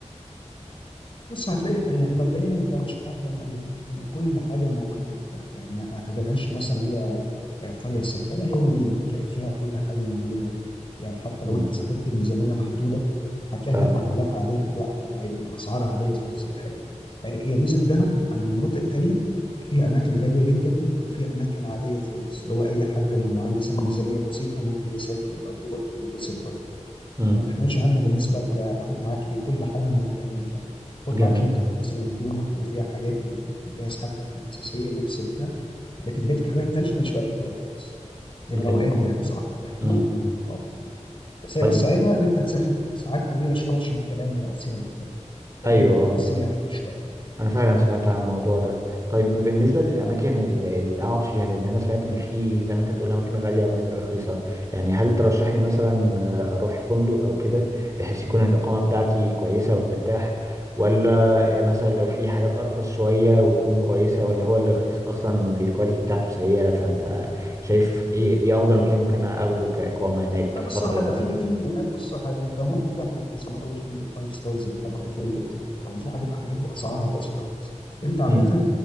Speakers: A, on the left; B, on the right.
A: بص هتلاقي يعني مبدئيا انت مش هتعرف تعمل اي حاجه هنا كل حاجه موجوده هناك في دهب يعني ما تعتبرهاش مثلا هي آه، قريه سياحيه لا هي مدينه هتلاقي فيها كل حاجه موجوده يعني حتى لو
B: مم.
A: انت سافرت بميزانيه محدوده هتلاقي
B: اه
A: هناك محلات عاديه بتبيع اكل عادي باسعار عاديه اسعار سياحيه هي هي ميزه دهب عن المناطق التانيه فيها اماكن غاليه جدا وفيها اماكن عاديه خالص اللي هو اي حد لو معاه مثلا ميزانيه بسيطه ممكن يسافر ويقضي وقت وينبسط برضه
B: امم
A: فما تحملش هم بالنسبه ل- هتاخد معاك ايه كل حاجه موجوده هناك يعني خد
B: جميل
A: معاك شنطه مثلا هدومك وفيها حاجات وجهز حاجتك الاساسيه اللبس وبتاع لكن بقيه الحاجات التانيه ما تشغلش بالك بيها خالص
B: جميل
A: هي روقان يعني بصراحه في هدوء
B: امم
A: اه بس
B: طيب
A: هي بس عيبها ان انت هتسافر ساعات طويله شويه عشان الكمائن بتاع سينا انت فاهم؟ كمائن
B: ايوه
A: السينا
B: اه
A: كتير شويه
B: انا فعلا سمعت عن الموضوع ده طيب بالنسبه للاماكن اللي اللي اقعد فيها لان انا سمعت ان في زي ما انت بتقول اماكن غاليه واماكن رخيصه يعني هل ترشح لي مثلا آه، اروح فندق او كده بحيث يكون الاقامه بتاعتي كويسه ومرتاح ولا آه، مثلا لو في حاجات ارخص شويه وتكون كويسه ولا هو اللي رخيص اصلا الكواليتي بتاعته سيئه فانت شايف ايه ايه افضل مكان ممكن اخده كاقامه هناك
A: لا انت
B: في
A: بص
B: الفتره
A: على حاجه
B: القريبه
A: في في هناك بص على حاجه انت ممكن تحجز من اول فندق فايف ستارز لحد فندق اي حاجه يعني في حاجات حاجات باسعارها بسيطه خالص انت عامه
B: امم